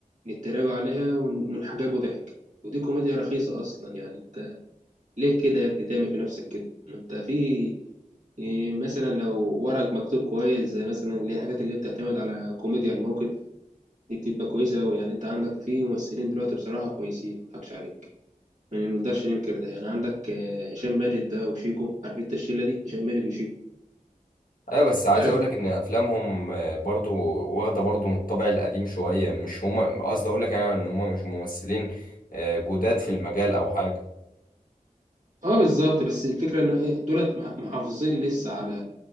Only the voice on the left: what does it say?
أيوة بس عايز
أقولك إن أفلامهم آه، برضو واخدة برضو من الطابع القديم شوية مش هما قصدي أقولك أنا إن هما مش ممثلين آه، جداد في المجال أو حاجة